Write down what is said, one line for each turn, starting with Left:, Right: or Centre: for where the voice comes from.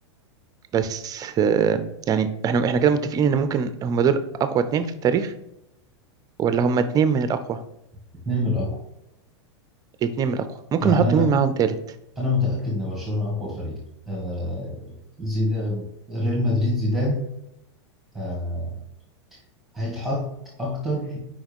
Right: بس آه، يعني إحنا إحنا كده متفقين إن ممكن هما دول أقوى اتنين في التاريخ ولا هما اتنين من الأقوى
Centre: اتنين من الاقوى
Right: اتنين من الأقوى ممكن
Centre: يعني
Right: نحط
Centre: انا
Right: مين معاهم تالت
Centre: انا متاكد ان برشلونه اقوى فريق آه زيدان ريال مدريد زيدان آه هيتحط اكتر